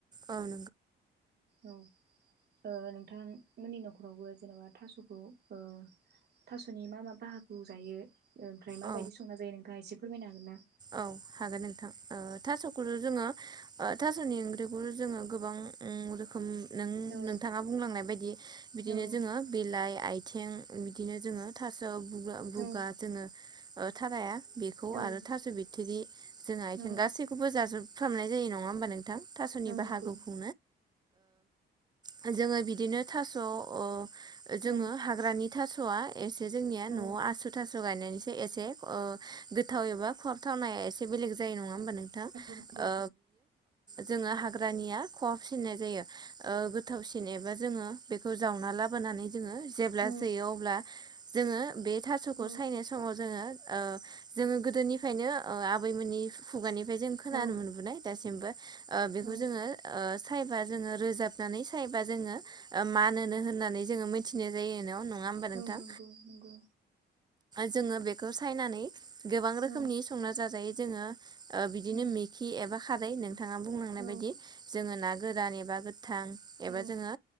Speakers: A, on the right; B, on the right.
A: ओं।
B: औ ओ नोंथां मोननि न'खरावबो जेनेबा थास'खौ ओ थास'नि मा -मा बाहागोखौ जायो? ओमफ्राय माबायदि
A: औ
B: संना जायो? नोंथाङा एसे फोरमायनो हागोन ना?
A: औ हागोन नोंथां, औ थास'खौ' जोङो अ थास'नि ओंख्रिखौ जोङो गोबां ओं रोखोम नों
B: औ
A: -नोंथाङा बुंलांनाय बायदि बिदिनो
B: औ
A: जोङो बिलाइ आथिं बिदिनो जोङो थास' बु- बुगा
B: औ
A: जोङो थाराया बेखौ
B: औ
A: आरो थास' बिथिरि जोंहा आथिं
B: औ
A: गासैखौबो जाजोबफ्रामनाय जायो नङा होमबा नोंथां? थास'नि
B: औ नंगौ
A: बाहागोखौ <unintelligible> अ जोङो बिदिनो थास' अ जोङो
B: औ
A: हाग्रानि थास'आ एसे जोंनिया न'आव
B: औ
A: आसु थासु गायनायनिसे एसे अ गोथाव एबा खहाबथावनाया एसे बेलेग जायो नङा होमबा नोंथां
B: नंगौ
A: ओ जोङो हाग्रयानिया खहाबसिननाय जायो ओ गोथावसिन एबा जोङो बेखौ जावना लाबोनानै जोङो जेब्ला
B: औ
A: जायो। अब्ला जोङो बे थास'खौ
B: औ
A: सायनाय समाव जोङो ओ जोङो गोदोनिफ्रायनो अ आबैमोननि खुगानिफ्राय जों खोनानो
B: औ
A: मोनबोनाय दासिमबो ओ बेखौ
B: औ
A: जोङो ओ सायना रोजाबनानै सायोबा जोङो मानोनो होननानै जों मिथिनाय जायो नङा होमबा नोंथां?
B: औ नंगौ नंगौ
A: जोङो बेखौ सायनानै गोबां रोखोमनि
B: औ
A: संना जाजायो जोङो बिदिनो
B: औ
A: मिखि एबा खारै नोंथाङा बुंलांनाय
B: औ
A: बायदि जोङो ना गोरान एबा गोथां एबा
B: औ
A: जोङो